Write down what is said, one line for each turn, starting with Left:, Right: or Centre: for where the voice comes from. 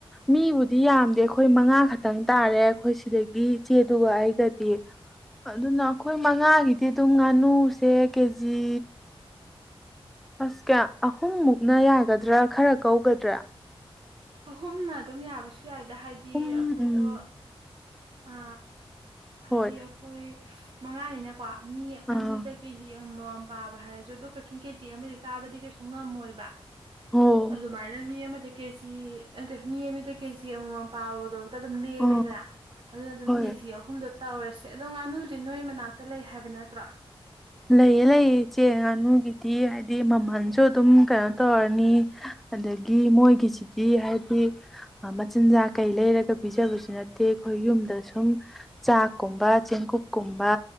Centre: ꯃꯤꯕꯨꯗꯤ ꯌꯥꯝꯗꯦ ꯑꯩꯈꯣꯏ ꯃꯉꯥ ꯈꯛꯇꯪ ꯇꯥꯔꯦ ꯑꯩꯈꯣꯏ ꯁꯤꯗꯒꯤ ꯆꯦꯗꯨꯒ ꯑꯩꯒꯗꯤ ꯑꯗꯨꯅ ꯑꯩꯈꯣꯏ ꯃꯉꯥꯒꯤꯗꯤ ꯑꯗꯨꯝ ꯉꯥꯅꯨꯁꯦ ꯀꯦꯖꯤ ꯑꯁ ꯀꯌꯥ ꯑꯍꯨꯝ ꯃꯨꯛꯅ ꯌꯥꯒꯗ꯭ꯔꯥ ꯈꯔ ꯀꯧꯒꯗ꯭ꯔꯥ
Right: ꯑꯍꯨꯝꯅ ꯑꯗꯨꯝ ꯌꯥꯕꯁꯨ ꯌꯥꯏꯗ ꯍꯥꯏꯗꯤ
Centre: ꯎꯝ
Right: ꯑꯩꯈꯣꯏꯗꯣ
Centre: ꯎꯝ
Right: ꯑ ꯍꯥꯏꯗꯤ
Centre: ꯍꯣꯏ
Right: ꯑꯩꯈꯣꯏ ꯃꯉꯥꯅꯤꯅ ꯀꯣ ꯃꯤ
Centre: ꯑꯥ
Right: ꯑꯅꯤꯗ ꯀꯦꯖꯤ ꯌꯥꯝ ꯃꯣ ꯌꯥꯝ ꯄꯥꯕ ꯍꯥꯏꯔꯁꯨ ꯑꯗꯣ ꯀꯩꯁꯨꯝ ꯀꯦꯖꯤ ꯑꯃꯗꯤ ꯆꯥꯕꯗꯤ ꯀꯩꯁꯨ ꯉꯝꯃꯣꯏꯕ
Centre: ꯑꯣ
Right: ꯑꯗ ꯃꯅꯃ ꯃ ꯀꯦꯖꯤ ꯑꯗ ꯃꯤ ꯑꯅꯤꯗ ꯀꯦꯖꯤ ꯑꯃꯃꯝ ꯄꯥꯕꯗꯣ ꯑꯗꯨꯝ ꯂꯦꯝꯃꯦꯗꯅ
Centre: ꯑꯥ
Right: ꯑꯗꯨꯅ ꯑꯗꯨꯝ
Centre: ꯍꯣꯏ
Right: ꯀꯦꯖꯤ ꯌꯥꯧ ꯇꯧꯔꯁꯦ ꯑꯗꯣ ꯉꯥꯅꯨꯁꯦ ꯅꯣꯏ ꯃꯅꯥꯛꯇ ꯂꯩ ꯍꯥꯏꯕ ꯅꯠꯇ꯭ꯔꯣ
Centre: ꯂꯩꯌꯦ ꯂꯩꯌꯦ ꯏꯆꯦ ꯉꯥꯅꯨꯒꯤꯗꯤ ꯍꯥꯏꯗꯤ ꯃꯃꯜꯁꯨ ꯑꯗꯨꯝ ꯀꯩꯅꯣ ꯇꯧꯔꯅꯤ ꯑꯗꯒꯤ ꯃꯣꯏꯒꯤꯁꯤꯗꯤ ꯍꯥꯏꯗꯤ ꯃꯆꯤꯟꯖꯥꯛ ꯀꯩ ꯂꯩꯔꯒ ꯄꯤꯖꯕꯁꯨ ꯅꯠꯇꯦ ꯑꯩꯈꯣꯏ ꯌꯨꯝꯗ ꯁꯨꯝ ꯆꯥꯛꯀꯨꯝꯕ ꯆꯦꯡꯀꯨꯞꯀꯨꯝꯕ